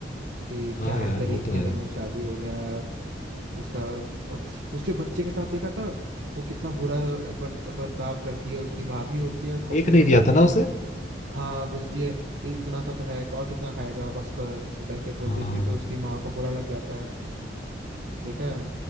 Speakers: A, on the right; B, on the left.
A: कि
B: हाँ
A: क्या
B: यार
A: गरीब
B: वो तो
A: के
B: है
A: घर में शादी हो गया उसका उसके बच्चे के साथ देखा था वो कितना बुरा बर्त, बर्ताव करती है उसकी भाभी होती है को-
B: एक
A: बहन
B: नहीं दिया
A: होती
B: था ना
A: है
B: उसे
A: हाँ बोलती है इतना सा तो है और कितना खाएगा बस कर ऐसे करके बोल
B: हाँ
A: देती है, तो उसकी माँ को बुरा लग जाता है देखा है